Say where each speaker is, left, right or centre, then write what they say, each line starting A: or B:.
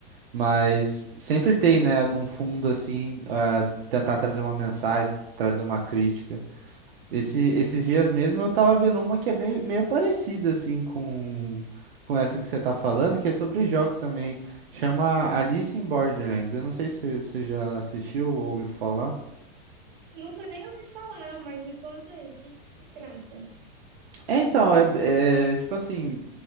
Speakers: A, on the right (about 80°); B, on the right (about 55°).
A: Mas sempre tem, né, num fundo, assim, ah, tentar trazer uma mensagem, trazer uma crítica. Esse, esses dias mesmo eu tava vendo uma que é meio, meio parecida, assim, com, com essa que você tá falando, que é sobre jogos também. Chama Alice in Borderlands. Eu não sei se você já assistiu ou ouviu falar.
B: Nunca nem ouvi falar, mas me conta aí, o que que se trata?
A: É, então, é, é tipo assim,